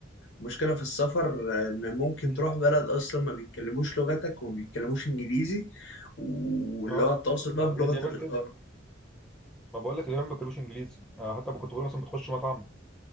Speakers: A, on the left (about 60°); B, in the centre.
A: مشكلة في السفر إن ممكن
B: مم.
A: تروح بلد أصلا ما بيتكلموش لغتك وما بيتكلموش إنجليزي واللي
B: اه
A: هو التواصل بقى
B: ما
A: بلغة
B: زي اليابان
A: الإشارة
B: كده ما بقول لك اليابان ما بيتكلموش انجليزي آه، حتى كنت بقول مثلا بتخش مطعم